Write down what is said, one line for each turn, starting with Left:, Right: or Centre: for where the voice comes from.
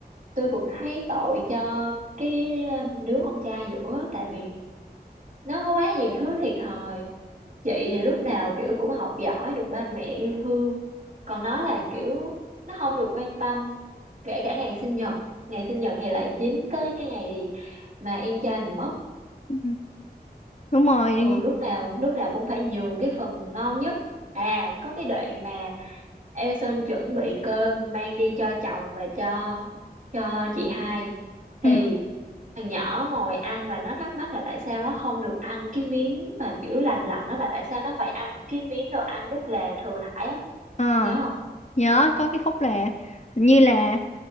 Right: tôi cũng thấy tội cho cái ờ, đứa con trai giữa tại vì nó có quá nhiều thứ thiệt thòi chị thì lúc nào kiểu cũng học giỏi được ba mẹ yêu thương còn nó là kiểu nó không được quan tâm kể cả ngày sinh nhật ngày sinh nhật thì lại dính tới cái ngày mà em trai mình mất
Left: Ừ. đúng rồi
Right: ừ lúc nào lúc nào cũng phải nhường cái phần ngon nhất à có cái đoạn mà Eason chuẩn bị cơm mang đi cho chồng và cho cho chị hai thì
Left: ừ
Right: thằng nhỏ ngồi ăn và nó thắc mắc là tại sao nó không được ăn cái miếng mà kiểu lành lặn á mà tại sao nó phải ăn những cái miếng đồ ăn rất là thừa thải á
Left: Ờ,
Right: nhớ
Left: nhớ có cái khúc là hình như là